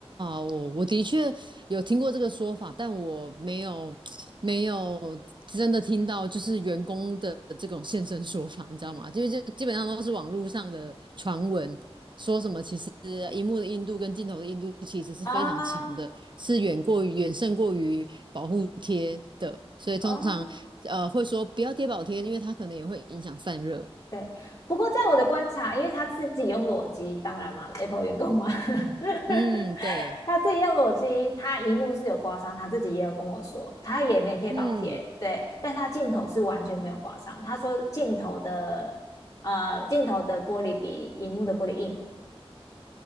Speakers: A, on the right (about 50°); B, on the left (about 35°).
A: 我我的确有听过这个说法，但我没有没有真的听到，就是员工的这种现身说法，你知道吗？就是就基本上都是网络上的传闻，说什么其实荧幕的硬度跟镜头的硬度其实是非常强的，
B: 啊，
A: 是远过于远胜过于保护贴的，所以通常呃会说不要贴保贴，
B: 哦，
A: 因为它可能也会影响散热。
B: 对。不过在我的观察，因为他自己用裸机，当然嘛，Apple 员工嘛，<laughs>
A: 嗯，对，
B: 他自己用裸机，他荧幕是有刮伤，他自己也有跟我说，他也没有贴保贴，
A: 嗯，
B: 对，但他镜头是完全没有刮伤。他说镜头的呃镜头的玻璃比荧幕的玻璃硬，